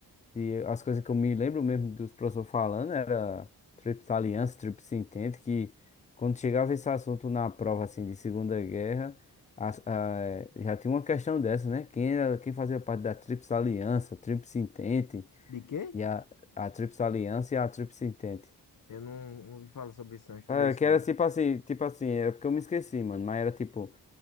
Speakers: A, on the left (about 20°); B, on the left (about 50°).
A: de as coisas que eu me lembro mesmo dos professores falando, era Tríplice Aliança, Tríplice Entente, que quando chegava esse assunto na prova assim de Segunda Guerra, as- a- já tinha uma questão dessa, né? Quem era, quem fazia parte da Tríplice Aliança, Tríplice Entente.
B: De quê?
A: E a, a Tríplice Aliança e a Tríplice Entente.
B: Eu não, não ouvi falar sobre isso, não. Estudei
A: Ah,
B: isso,
A: que
B: não.
A: era tipo assim, tipo assim, é porque eu me esqueci, mano. Mas era tipo,